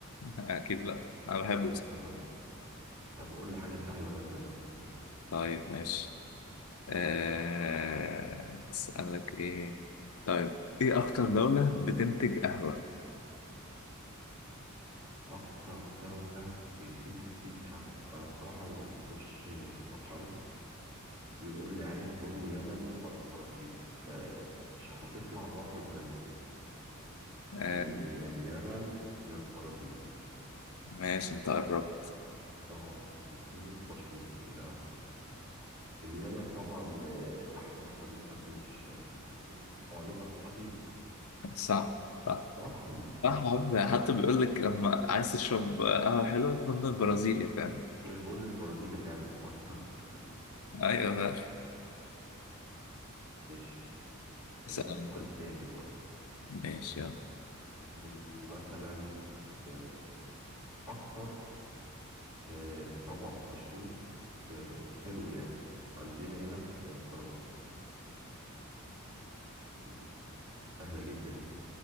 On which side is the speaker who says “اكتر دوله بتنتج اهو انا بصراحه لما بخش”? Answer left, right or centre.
Right